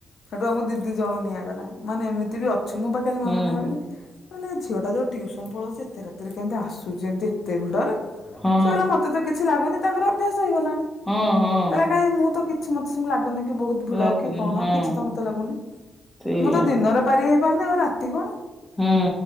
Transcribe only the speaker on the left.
ସେଠୁ ଆମକୁ ଦିଦି ଦି ଜଣୁ ନିଆଗଲା ମାନେ ଏମିତି ବି ଅଛୁ ମୁଁ ବା କାଲି ମନେ
ମନେ ଭାବିଲି ମୁଁ କଇଲି ଏ ଝିଅଟା ଯୋଉ ଟିଉ ସନକୁ ଫଳଉଛି ଏତେ ରାତିରେ କେମତି ଆସୁଛି ଏମତି ଏତେ ଭିଡରେ
ସେ କହିଲା ମତେ ତ କିଛି ଲାଗୁନି ତାଙ୍କର ଅଭ୍ୟାସ। ହେଇଗଲାଣି
କହିଲା କାଇଁ ମୁଁ ତ କିଛି ମତେ ସେମିତି ଲାଗୁନି। କି ବହୁତ ଭିଡ
କି କଣ
କିଛି ତ ମତେ ଲାଗୁନି
ମୁଁ ତ ଦିନରେ ପାରି ହେଇପାରୁନି ଆଉ ରାତି କଣ।